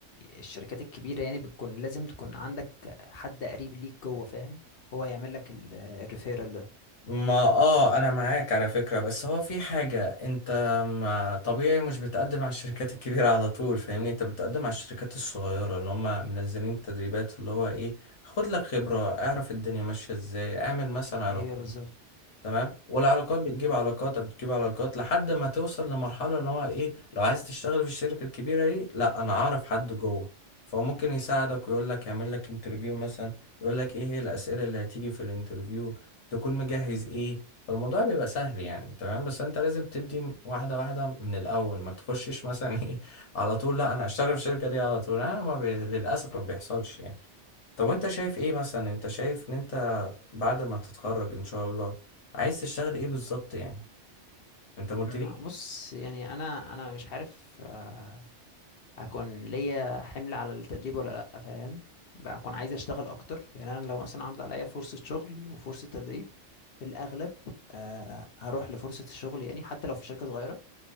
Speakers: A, on the left (about 55°); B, on the left (about 75°).
A: الشركات الكبيره يعني بتكون لازم تكون عندك حد قريب ليك جوه فاهم هو يعمل لك الريفيرال ده
B: ما اه انا معاك على فكرة بس هو في حاجة انت ما طبيعي مش بتقدم على الشركات الكبيرة على طول فاهمني انت بتقدم على الشركات الصغيرة اللي هم منزلين التدريبات اللي هو ايه خد لك خبرة اعرف الدنيا ماشية ازاي اعمل مثلا علاقات
A: ايوه بالظبط
B: تمام والعلاقات بتجيب علاقات بتجيب علاقات لحد ما توصل لمرحلة اللي هو ايه لو عايز تشتغل في الشركة الكبيرة دي لا انا اعرف حد جوه فهو ممكن يساعدك ويقول لك يعمل لك انترفيو مثلا يقول لك ايه هي الأسئلة اللي هتيجي في الانترفيو تكون مجهز ايه فالموضوع بيبقى سهل يعني تمام بس انت لازم تبدي واحدة واحدة من الأول ما تخشش مثلا <laughs> ايه على طول لا انا هشتغل في الشركة دي على طول انا ما بي... للأسف ما بيحصلش يعني طب وانت شايف ايه مثلا انت شايف ان انت بعد ما تتخرج ان شاء الله عايز تشتغل ايه بالظبط يعني انت ما قلتليش
A: أنا- بص يعني انا انا مش عارف آه، هكون ليا حمل على التدريب ولا لا فاهم بقى اكون عايز اشتغل اكتر يعني انا لو مثلا عرض عليا فرصة شغل وفرصة تدريب في الاغلب آه، هروح لفرصة الشغل يعني حتى لو في شركة صغيرة